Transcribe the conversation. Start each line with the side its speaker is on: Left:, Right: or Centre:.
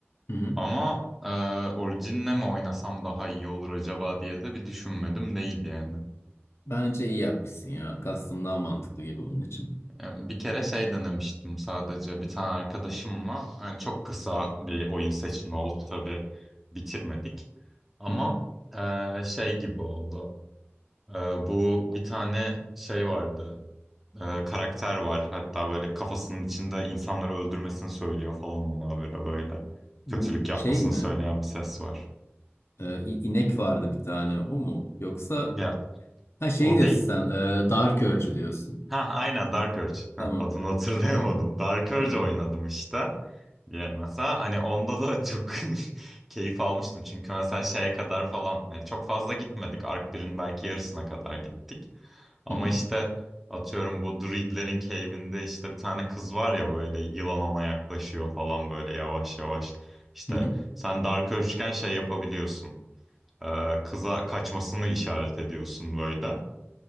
Left: Hı hı.
Centre: ama e, orijinle mi oynasam daha iyi olur acaba diye de bir düşünmedim değil yani.
Left: Bence iyi yapmışsın ya. Custom daha mantıklı gibi onun için.
Centre: Yani bir kere şey denemiştim sadece bir tane arkadaşımla yani çok kısa bir oyun seçimi oldu tabii bitirmedik ama
Left: Hı hı.
Centre: e, şey gibi oldu. Ee, bu bir tane şey vardı. Ee, karakter var. Hatta böyle kafasının içinde insanları öldürmesini söylüyor falan ona habire böyle.
Left: Bu
Centre: Kötülük yapmasını
Left: şey mi?
Centre: söyleyen bir ses var.
Left: Ee, i- inek vardı bir tane o mu? Yoksa
Centre: Ya
Left: ha şey
Centre: o
Left: diyorsun
Centre: değil
Left: sen. E, Dark Urge diyorsun.
Centre: Ha aynen Dark Urge. Heh,
Left: Tamam.
Centre: adını hatırlayamadım.
Left: Tamam.
Centre: Dark Urge
Left: Hı hı.
Centre: oynadım işte. Diğer mesela hani onda da çok <laughs> keyif almıştım. Çünkü mesela şeye kadar falan yani çok fazla gitmedik. Ark birin belki yarısına kadar gittik. Ama
Left: Hı hı.
Centre: işte atıyorum bu druidlerin cave'inde işte bir tane kız var ya böyle yılan ona yaklaşıyor falan böyle yavaş yavaş. İşte
Left: Hı hı.
Centre: sen Dark Urge'ken şey yapabiliyorsun. Ee, kıza kaçmasını işaret ediyorsun böyle.